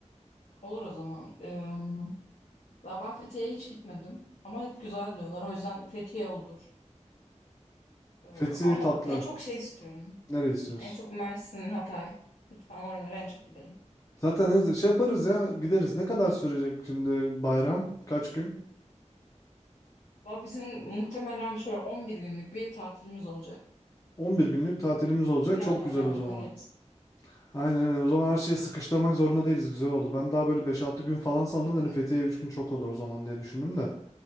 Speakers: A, on the left (about 75°); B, on the left (about 30°).
A: Olur o zaman. Ee, ya ben Fethiye'ye hiç gitmedim. Ama hep güzel diyorlar. O yüzden Fethiye olur. Ee,
B: Fethiye
A: ama
B: tatlı.
A: en çok şey istiyorum.
B: Nereye istiyorsun?
A: En çok Mersin, Hatay. Lütfen oralara en çok gidelim.
B: Zaten hızlı şey yaparız ya gideriz. Ne kadar sürecek şimdi bayram? Kaç gün?
A: Ama Bizim muhtemelen şöyle 11 günlük bir tatilimiz olacak
B: on bir günlük tatilimiz olacak.
A: yaylana
B: Çok güzel
A: yaylana
B: o zaman.
A: geliriz.
B: Aynen öyle. O zaman her şeyi sıkıştırmak zorunda değiliz. Güzel oldu. Ben daha böyle beş altı gün falan sandım.
A: Evet,
B: Hani
A: evet.
B: Fethiye 3 gün çok olur o zaman diye düşündüm de.